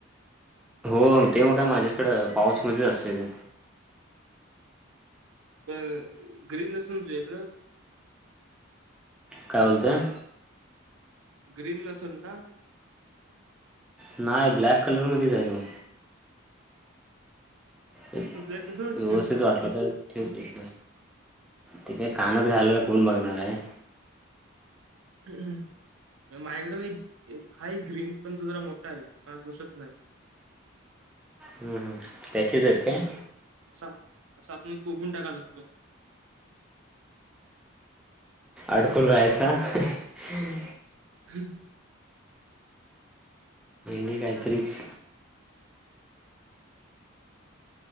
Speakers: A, in the centre; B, on the right (about 80°).
A: हो ते मग काय माझ्याकड पाऊच मध्येच असते ते
B: पण ग्रीन लसणचकड
A: काय बोलतोय
B: ग्रीन नसल ना
A: नाही ब्लॅक कलर मधच आहे तो व्यवस्थित
B: तुला कसं वाटतील
A: वाटला तर ठेवते ते काय कानात घालायला कोण बघणार आहे
B: माझ्याकड म हा ग्रीन पण तू जरा मोठा आहे पण बसत नाही
A: हम् हम त्याचीच आहेत काय
B: अस आत मी कोकण टाका लागतो
A: अडकून राहायचा हम्म
B: ह
A: दे काहीतरीच